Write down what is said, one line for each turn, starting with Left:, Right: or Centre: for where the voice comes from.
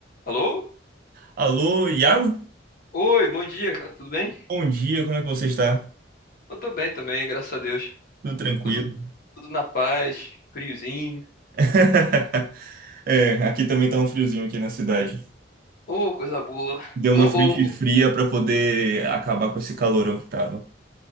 Left: Alô?
Right: Alô, Iago?
Left: Oi, bom dia, cara. Tudo bem?
Right: Bom dia, como é que você está?
Left: Eu tô bem também, graças a Deus.
Right: Tudo tranquilo?
Left: Tudo, tudo na paz, friozinho.
Right: <laughs> É, aqui também tá um friozinho aqui na cidade.
Left: Ô, coisa boa.
Right: Deu
Left: Ô,
Right: uma frente
Left: ô, ô.
Right: fria para poder acabar com esse calorão que tava.